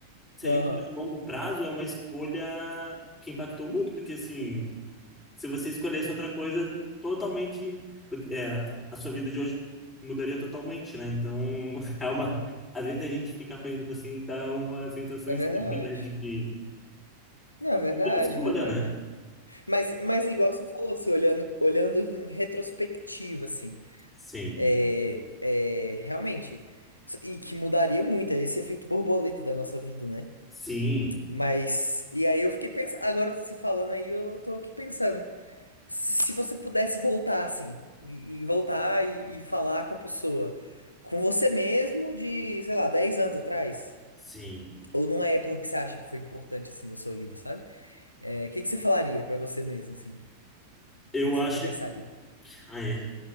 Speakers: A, in the centre; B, on the left (about 85°).
A: se
B: Aham,
A: a gente olhar a longo prazo, é uma escolha que impactou muito, porque assim se você escolhesse outra coisa, totalmente, é, a sua vida de hoje mudaria totalmente, né? Então, <laughs> é uma, às vezes a gente fica pensando assim, dá uma sensação
B: é
A: estranha,
B: verdade.
A: né? De que
B: Não, é verdade,
A: tudo é escolha,
B: é verdade.
A: né?
B: Mas, mas igual você falou, assim, olhando, olhando em retrospectiva, assim.
A: Sim,
B: É, é, realmente. Isso- E que mudaria muito, é esse efeito borboleta da nossa vida, né?
A: sim,
B: Mas. E aí eu fiquei pensando. Agora você falando aí, eu tô aqui pensando. Se se você pudesse voltar assim, e, e voltar e, e falar com a pessoa, com você mesmo de, sei lá, 10 anos atrás,
A: sim.
B: ou numa época que você acha que foi importante assim da sua vida, sabe? É, o que que você falaria pra você mesmo, assim? O
A: Eu
B: que que
A: acho,
B: você conversaria?
A: ah, é,